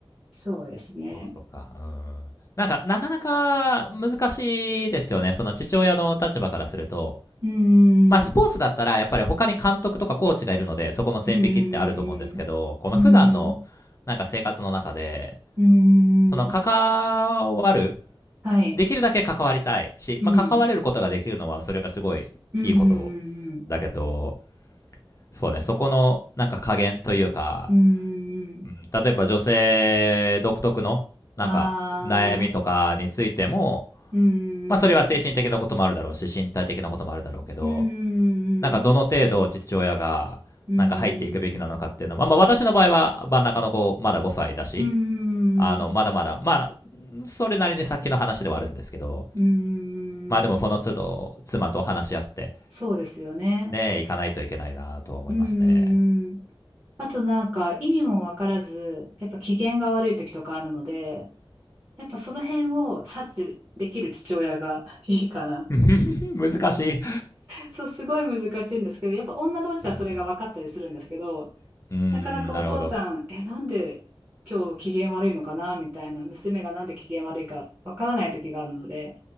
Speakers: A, on the right; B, on the left.
A: そうですね。
B: そうか、そうか。うん。なんか、なかなか難しいですよね。その父親の立場からすると。
A: うん。
B: まあ、スポーツだったら、やっぱり他に監督とかコーチがいるので、そこの線引きってあると思うんですけど、
A: うん。
B: この普段の、
A: うん。うん。
B: なんか生活の中で、
A: うん。うん。
B: その関わる、
A: うんはい。
B: できるだけ関わりたいし、
A: うん。
B: まあ、関われることができるのは、それはすごいいいこと
A: うんうん
B: だけど、そうね、そこの、なんか加減というか、
A: うんうん。うんうんうん。
B: 例えば女性独特のなんか悩みとかについても、
A: ああ、うん
B: まあ、それは精神的なこともあるだろうし身体的なこともあるだろうけど
A: うんうん。
B: なんかどの程度父親がなんか入っていくべきなのかっていうのは、
A: うんうんうん。
B: まあ、私の場合は真ん中の子まだ5歳だし
A: うんうんうん。
B: あのまだまだまあそれなりに先の話ではあるんですけど
A: うん
B: まあでもその都度妻と話し合って
A: そうですよね。
B: ね行かないといけないなとは思いますね
A: うんあとなんか意味もわからず、やっぱ機嫌が悪い時とかあるので、やっぱその辺を察知できる父親がいいかな。
B: <laughs> 難しい
A: そう、すごい難しいんですけど、やっぱ女同士はそれが分かったりするんですけど、
B: うん、うんなるほど
A: なかなかお父さん、え、なんで今日機嫌悪いのかなみたいな、娘がなんで機嫌悪いかわからない時があるので、